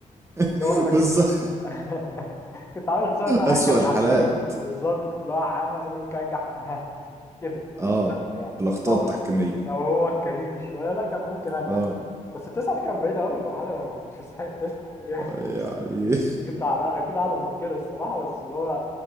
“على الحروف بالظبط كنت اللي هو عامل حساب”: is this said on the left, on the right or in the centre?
Left